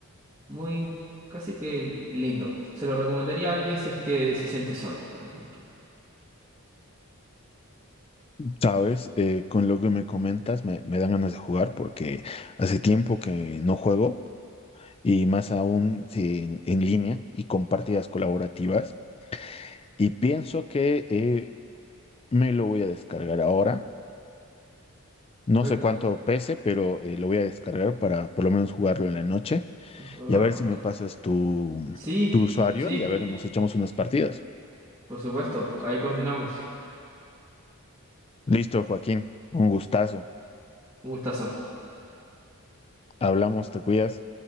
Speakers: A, on the right; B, on the left.
A: muy casi que lindo. Se lo recomendaría a alguien si es que se siente sol, por ejemplo.
B: sabes, eh, con lo que me comentas me, me dan ganas de jugar porque hace tiempo que no juego y más aún si en, en línea y con partidas colaborativas. Y pienso que eh, me lo voy a descargar ahora. No
A: Perfecto.
B: sé cuánto pese, pero eh, lo voy a descargar para por lo menos jugarlo en la noche
A: ¿Puedo jugarlo?
B: y a ver si me
A: Ya.
B: pasas tu,
A: Sí,
B: tu usuario
A: sí,
B: y a ver, nos echamos unas partidas.
A: por supuesto. Ahí coordinamos.
B: Listo, Joaquín, un gustazo.
A: Un gustazo.
B: Hablamos, te cuidas.